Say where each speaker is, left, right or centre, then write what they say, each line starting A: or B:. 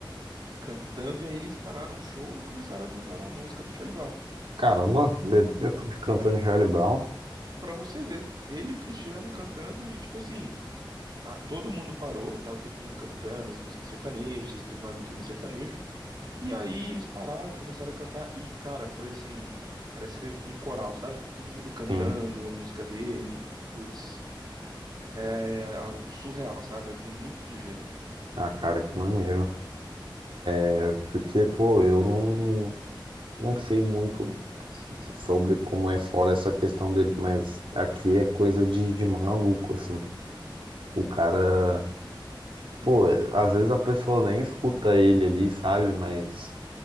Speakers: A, on the right; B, on the right.
A: cantando e aí eles pararam o show e começaram a cantar uma música do Charlie Brown.
B: Caramba, eu tô cantando Charlie Brown?
A: Pra você ver, ele e o Cristiano cantando e tipo assim, a- todo mundo parou, tava todo mundo cantando as músicas sertanejas e tudo mais no clima sertanejo. E aí eles pararam, começaram a cantar e, cara, foi assim, parece um coral, sabe? Todo mundo cantando
B: Sim.
A: a música dele. Putz, é algo surreal, sabe? É bonito de ver.
B: Ah, cara, que maneiro. É Porque, pô, eu não, não sei muito sobre como é fora essa questão dele, mas aqui é coisa de, de maluco, assim. O cara, pô, às vezes a pessoa nem escuta ele ali, sabe? Mas